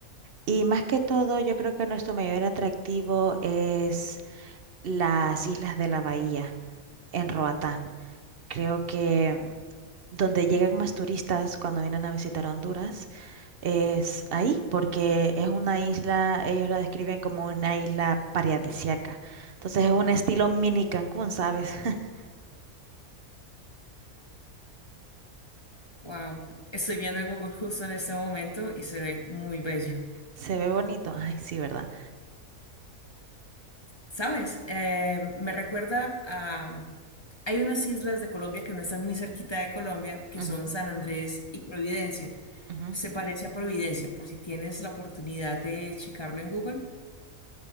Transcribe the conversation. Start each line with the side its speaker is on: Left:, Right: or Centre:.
Right: Y más que todo, yo creo que nuestro mayor atractivo es las islas de la bahía en Roatán. Creo que donde llegan más turistas cuando vienen a visitar Honduras es ahí, porque es una isla, ellos la describen como una isla paradisiaca. Entonces es un estilo mini Cancún, ¿sabes? <laughs>
Left: Wow. Estoy viendo en Google justo en este momento y se ve muy bello.
Right: Se ve bonito. Ay, sí, ¿verdad?
Left: ¿Sabes? Eh, me recuerda a... Hay unas islas de Colombia que no están muy cerquita de Colombia, que
Right: Ujú,
Left: son San Andrés y Providencia.
Right: ujú.
Left: Se parece a Providencia, por si tienes la oportunidad de checarlo en Google.